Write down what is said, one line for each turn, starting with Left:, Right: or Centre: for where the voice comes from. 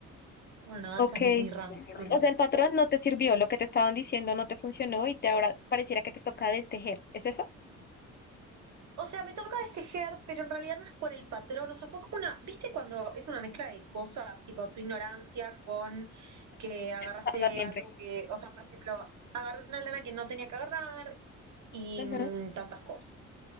Right: Bueno, nada,
Left: Ok.
Right: esa es mi, mi rant del
Left: O
Right: día.
Left: sea, el patrón no te sirvió, lo que te estaban diciendo no te funcionó y te ahora pareciera que te toca destejer. ¿Es eso?
Right: O sea, me toca destejer, pero en realidad no es por el patrón. O sea, fue como una, ¿viste cuando es una mezcla de cosas, tipo tu ignorancia con que agarraste
Left: Pasa siempre.
Right: algo que, o sea, por ejemplo, agarré una lana que no tenía que agarrar y
Left: Ujú,
Right: mm, tantas cosas.